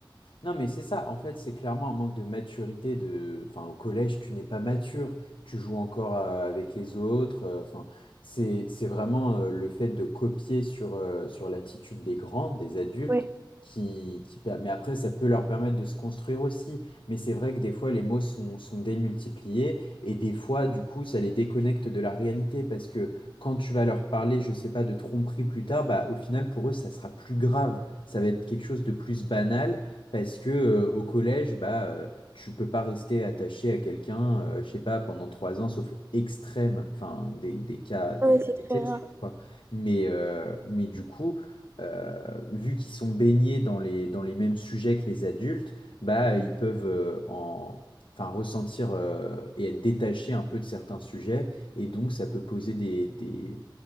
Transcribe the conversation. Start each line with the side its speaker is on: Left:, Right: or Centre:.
Left: Non, mais c'est ça, en fait, c'est clairement un manque de maturité de... Enfin, au collège, tu n'es pas mature, tu joues encore euh, avec les autres. euh, Enfin, c'est, c'est vraiment euh, le fait de copier sur, euh, sur l'attitude des grands, des adultes,
Right: Ouais.
Left: qui, qui... per- Mais après, ça peut leur permettre de se construire aussi. Mais c'est vrai que des fois, les mots sont, sont démultipliés et des fois, du coup, ça les déconnecte de la réalité parce que quand tu vas leur parler, je sais pas, de tromperie plus tard, bah, au final, pour eux, ça sera plus grave. Ça va être quelque chose de plus banal parce que euh, au collège, bah, euh, tu peux pas rester attaché à quelqu'un, euh, je sais pas, pendant trois ans, sauf extrême, enfin des, des cas, des
Right: Ah ouais,
Left: cas
Right: c'est
Left: d'exception,
Right: très rare.
Left: quoi. Mais, euh, mais du coup, euh, vu qu'ils sont baignés dans les, dans les mêmes sujets que les adultes, bah, ils peuvent euh, en, enfin, ressentir euh, et être détachés un peu de certains sujets, et donc ça peut poser des, des,